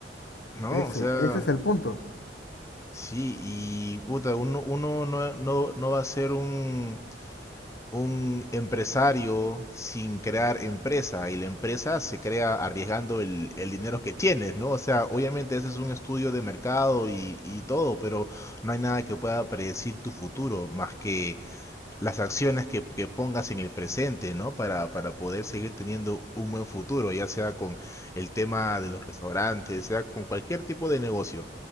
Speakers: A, on the left; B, on the left.
A: ¿No?
B: Ese,
A: O sea,
B: ese es el punto.
A: sí, y puta, uno, uno no, no, no va a ser un un empresario sin crear empresa y la empresa se crea arriesgando el, el dinero que tienes, ¿no? O sea, obviamente ese es un estudio de mercado y, y todo, pero no hay nada que pueda predecir tu futuro más que las acciones que, que pongas en el presente, ¿no? Para, para poder seguir teniendo un buen futuro, ya sea con el tema de los restaurantes, sea con cualquier tipo de negocio.